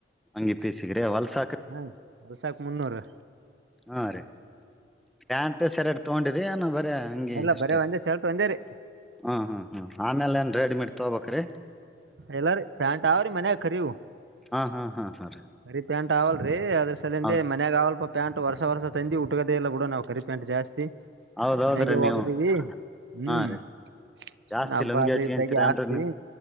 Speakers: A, in the centre; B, on the right (about 80°).
A: ಹಂಗಿ ಪೇಸಗ್ರೆ ವಲ್ಸ
B: ಹ್ಮ ವಲ್ಸಕ್ ಮುನ್ನೂರ್.
A: ಹಾಂ ರೀ ಪ್ಯಾಂಟ್ ಶರ್ಟ್ ತಗೊಂಡಿರಿ ಎನ ಬರ ಹಂಗಿ
B: ಎಲ್ಲ
A: ಅಷ್ಟೇ.
B: ಬರೇ ಒಂದೇ ಶರ್ಟ್ ಒಂದೇ ರೀ
A: ಹ್ಮ್ ಹ್ಮ್ ಹ್ಮ್ ಆಮೇಲೆ ಏನ್ ರೆಡಿಮೀಡ್ ತಗೋಬೇಕ್ರಿ.
B: ಎಲ್ಲ ರೀ ಪ್ಯಾಂಟ್ ಆರೆ ಮನಿಗ್ ಕರಿವು
A: ಹಾಂ ಹಾಂ ಹಾಂ ಹಾಂ ರೀ
B: ಕರಿ ಪ್ಯಾಂಟ್. <unintelligible> ಸಲಂದೆ
A: ಹೌದು
B: ಮನ್ಯಾಗ ಅವಲ್ಪ ಪ್ಯಾಂಟ್ ವರ್ಸ ವರ್ಸ ತಂದಿ <unintelligible> ನಾವು ಕರಿ ಪ್ಯಾಂಟ್ ಜಾಸ್ತಿ.
A: ಹೌದು
B: ಮನೆಗೆ
A: ಹೌದು ರೀ
B: ಹೋಗಿದ್ದೀವಿ
A: ನೀವು
B: ಹ್ಮ್
A: ಹಾಂ ರೀ
B: ಸುಮ್ನೆ
A: ಜಾಸ್ತಿ
B: ಹಬ್ಬ
A: ಲುಂಗಿ
B: ಅದ
A: ಹಚ್ಕೊಂತೀರನ್ರಿ
B: ಇದ್ದಾಗ ಹಾಕ್ತಿ
A: ನೀವು